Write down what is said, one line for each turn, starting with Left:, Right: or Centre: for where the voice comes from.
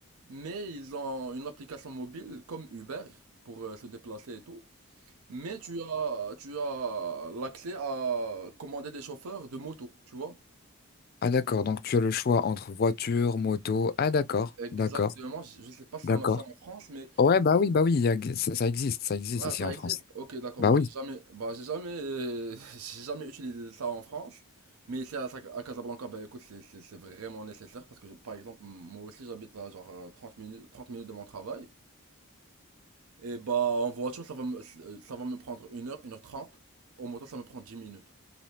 Right: mais ils ont une application mobile comme Uber pour euh, se déplacer et tout. Mais tu as, tu as l'accès à commander des chauffeurs de moto, tu vois?
Left: Ah d'accord, donc tu as le choix entre voiture, moto. Ah d'accord,
Right: Exactement,
Left: d'accord,
Right: je je sais pas si
Left: d'accord.
Right: on a ça en France, mais
Left: Ouais, bah oui, bah oui, il y a- ça, ça existe, ça existe
Right: ah
Left: ici
Right: ça
Left: en
Right: existe.
Left: France.
Right: Ok, d'accord.
Left: Bah
Right: Moi,
Left: oui,
Right: j'ai jamais, bah j'ai jamais, euh, <laughs> j'ai jamais utilisé ça en France, mais ici à, Sa- à Casablanca, bah écoute, c'est c'est- c'est vraiment nécessaire parce que je- par exemple, moi aussi j'habite à genre euh, 30 minutes, 30 minutes de mon travail, et bah en voiture ça va me, ça va me prendre une heure, une heure trente. Au moto ça me prend 10 minutes.